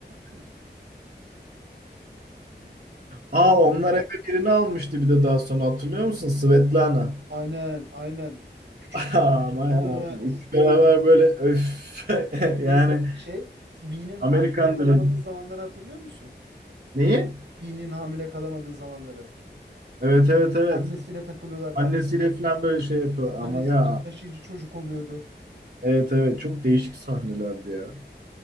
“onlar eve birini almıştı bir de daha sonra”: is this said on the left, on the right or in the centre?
Right